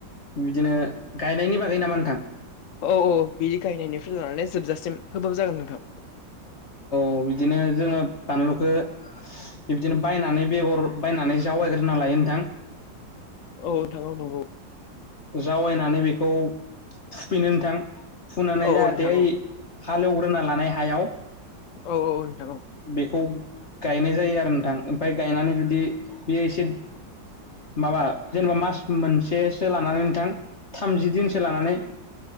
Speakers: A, on the left (about 40°); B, on the left (about 70°).
A: बिदिनो गायनायनि बागै नामा नोंथां?
B: औ-औ बिदि गायनायनिफ्राय लानानै जोबजासिम होबाबो जागोन नोंथां।
A: औ बिदिनो जोङो बानलुखौ बिदिनो बायनानै बेगर बायनानै जावायग्रोना ला नोंथां।
B: औ नोंथां औ नंगौ।
A: जावैनानै बेखौ फुफिनो नोंथां। फुनानै
B: औ
A: जाहाथे
B: औ नोंथां
A: ओइ
B: औ
A: हालेवग्रोना लानाय हायाव।
B: औ-औ।
A: बेखौ गायनाय जायो आरो नोंथां ओमफ्राय गायनानै जुदि बेयो एसे माबा जेनेबा मास मोनसेसो लानानै नोंथां। थामजि दिनसो लानानै